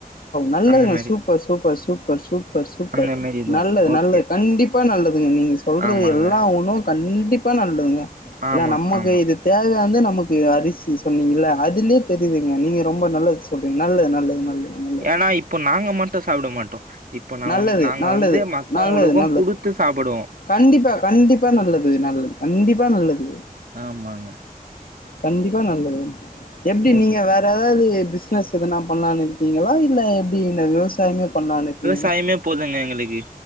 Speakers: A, on the left; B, on the right.
A: நல்ல
B: அந்த மாரி
A: சூப்பர் சூப்பர் சுப்பர் சுப் சூப்பர்
B: அந்த மாரி இது
A: நல்லது
B: ஓகே
A: நல்லது கண்டிப்பா நல்லதுங்க நீங்க சொல்றது
B: ஆமாங்க
A: எல்லாம் ஒண்ணும் கண்டிப்பாக கண்டிப்பா நல்லதுங்க இல்ல
B: ஆமா
A: நமக்கு
B: ஆமா
A: இது தேவையான்து நம் நமக்கு அரிசி சொன்னீங்க அதுலயே தெரியுதுங்க நீங்க ரொம்ப நல்லது சொல்றீங்க நல்லது நல்லது நல்லது நல்லது
B: ஏன்னா இப்போ நாங்க மட்டும் சாப்பிட மாட்டோம் <unintelligible>
A: நல்லது
B: வந்து நாங்க
A: நல்லது
B: வந்து மத்தவங்களுக்கும்
A: நல்லது நல்லது
B: குடுத்து சாப்பிடுவோம்
A: கண்டிப்பா கண்டிப்பா நல்லது நல்லது கண்டிப்பா நல்லது
B: ஆமாங்க
A: கண்டிப்பா நல்லது எப்படி
B: ஓ
A: நீங்க வேற ஏதாவது பிசினஸ் எதுனா பண்ணலான்னு இருக்கீங்களா இல்ல எப்படி இந்த விவசாயமே பண்ணலான்னு இருக்கீ
B: சாயமே போதுங்க எங்களுக்கு